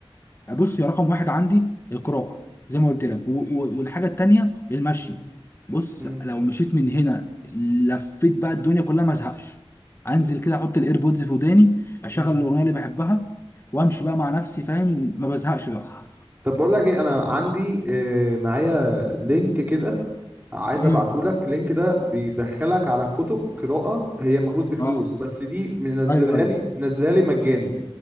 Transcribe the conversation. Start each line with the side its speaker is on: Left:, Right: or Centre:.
Left: بص يا رقم واحد عندي القراءة زي ما قلت لك و- و- والحاجة التانية المشي
Right: مم.
Left: بص
Right: مم.
Left: لو مشيت من هنا لفيت بقى الدنيا كلها ما ازهقش انزل كده احط الايربودز في وداني اشغل
Right: مم.
Left: الاغنية اللي بحبها وامشي بقى مع نفسي فاهم ما بزهقش بقى
Right: طب بقول لك ايه انا عندي آه، معايا لينك كده عايز
Left: امم
Right: ابعتهولك اللينك ده بيدخلك على كتب قراءة هي المفروض بفلوس
Left: اه
Right: بس دي منزلها
Left: ايوه ايوه
Right: لي منزلها لي مجاني